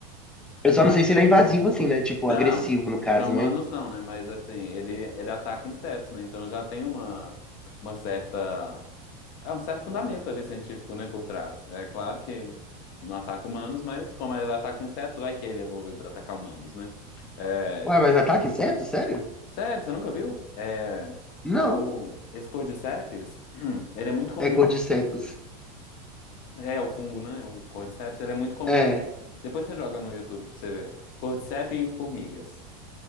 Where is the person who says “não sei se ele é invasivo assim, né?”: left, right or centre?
Centre